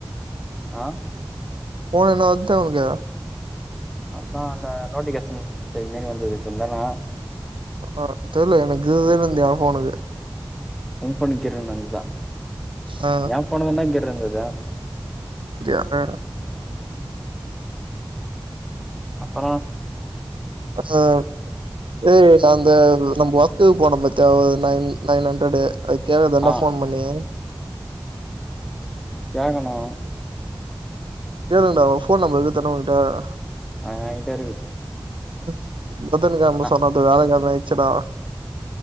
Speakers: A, in the centre; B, on the right.
A: ஆஹ்
B: போன் என்ன வதுட்டே உனக்கு ஏதா
A: அதான் அந்த நோட்டிபிகேஷன் மாதிரி வந்தது இப்ப இருந்தானாம்
B: ஆஹ் தெரியல எனக்கு இதுதன்னு இருந்தா போனுக்கு
A: உன் போன் கிர்ன்னு வந்து தா
B: ஆ
A: என்ன போன் தான்டா கிர்ன்னுகிது
B: அப்படியா? ஆ.
A: அப்புறம்
B: அஹ் ஏய் நான்ந்த நம்ம ஒக்குக்கு போனம பார்த்தியா நைன் நைன் ஹண்ட்ரடு் அதுக்கேகது அண்ணா
A: ஆ
B: ஃபோன் பண்ணி
A: கேக்கணும்
B: <inaudible> ஏழுண்டா போன் நம்பருக்கு தர ஆஹ
A: ஆஹ் ஆயிட்ட இருக்கு
B: உம் புதன் கிழம
A: ஆ
B: சொன்னது வியாழகிழம ஆயிச்சுட